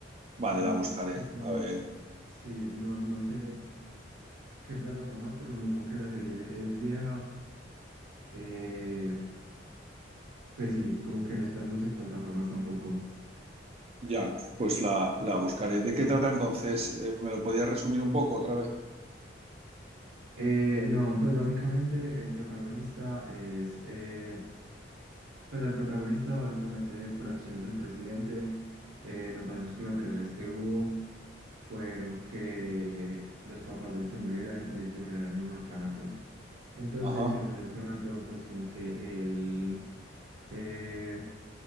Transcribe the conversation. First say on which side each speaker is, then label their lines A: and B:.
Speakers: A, on the right; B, on the right.
A: vale,
B: mm,
A: la buscaré.
B: pues como,
A: A ver,
B: sí, no, no sé qué plataforma, hay, por lo mismo que la serie es vieja, eh, pues sí, como que no están muchas plataformas tampoco.
A: ya, pues la, la buscaré. ¿De qué trata entonces? Eh, ¿me lo podías resumir un poco otra vez?
B: Eh, no, pues básicamente el protagonista es, eh, pues al protagonista básicamente por acciones del presidente, eh, los daños colaterales que hubo fueron que los papás de él se murieran y él terminara en un orfanato. Entonces,
A: Ajá,
B: en ese orfanato, pues como que él, eh,